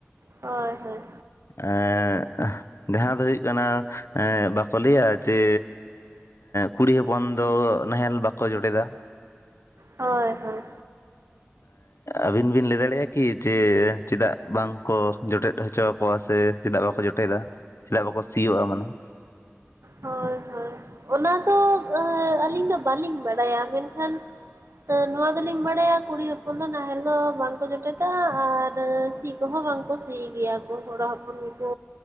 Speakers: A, on the right; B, on the left.
A: ᱦᱳᱭ ᱦᱳᱭ
B: ᱮᱜ ᱡᱟᱦᱟᱸ ᱫᱚ ᱦᱩᱭᱩᱜ ᱠᱟᱱᱟ ᱼᱼ ᱮᱜ ᱵᱟᱠᱚ ᱞᱟᱹᱭᱟ ᱡᱮ ᱠᱩᱲᱤ ᱦᱚᱯᱚᱱ ᱫᱚ ᱱᱟᱦᱮᱞ ᱵᱟᱠᱚ ᱡᱚᱴᱮᱫᱟ?
A: ᱦᱳᱭ ᱦᱳᱭ
B: ᱟᱹᱵᱤᱱ ᱵᱤᱱ ᱞᱟᱹᱭ ᱫᱟᱲᱮᱭᱟᱜ-ᱟ ᱠᱤ ᱡᱮ ᱪᱮᱫᱟᱜ ᱵᱟᱝᱠᱚ ᱡᱚᱴᱮᱫ ᱦᱚᱪᱚ ᱼᱼ <unintelligible> ᱥᱮ ᱪᱮᱫᱟᱜ ᱵᱟᱠᱚ ᱡᱚᱴᱮᱫᱟ ᱪᱮᱫᱟᱜ ᱵᱟᱠᱚ ᱥᱤᱭᱳ-ᱟ ᱢᱟᱱᱮ ᱼᱼ
A: ᱦᱳᱭ ᱦᱳᱭ ᱚᱱᱟ ᱫᱚ ᱟᱹᱞᱤᱧ ᱫᱚ ᱵᱟᱹᱞᱤᱧ ᱵᱟᱲᱟᱭᱟ ᱢᱮᱱᱠᱷᱟᱱ ᱼᱼ ᱱᱚᱣᱟ ᱫᱚᱞᱤᱧ ᱵᱟᱲᱟᱭᱟ ᱠᱩᱲᱤ ᱦᱚᱯᱚᱱ ᱫᱚ ᱱᱟᱦᱮᱞ ᱫᱚ ᱵᱟᱝᱠᱚ ᱡᱚᱴᱮᱫᱟ ᱟᱨ ᱥᱤ ᱼᱼ <unintelligible> ᱵᱟᱝ ᱠᱚ ᱥᱤ ᱜᱮᱭᱟ ᱠᱚ ᱠᱚᱲᱟ ᱦᱚᱯᱚᱱ ᱜᱮᱠᱚ